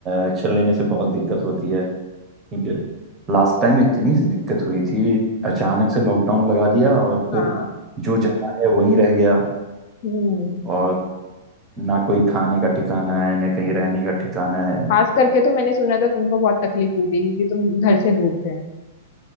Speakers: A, on the right; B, on the left.
A: एक्शन लेने से बहुत दिक्कत होती है क्योंकि लास्ट टाइम इतनी सी दिक्कत हुई थी अचानक से लॉकडाउन लगा दिया और
B: हाँ
A: फिर जो जमा है वहीं रह गया
B: हम्म
A: और ना कोई खाने का ठिकाना है ना कहीं रहने का ठिकाना है
B: खास करके तो मैंने सुना था तुमको बहुत तकलीफ हुई थी क्योंकि तुम घर से दूर थे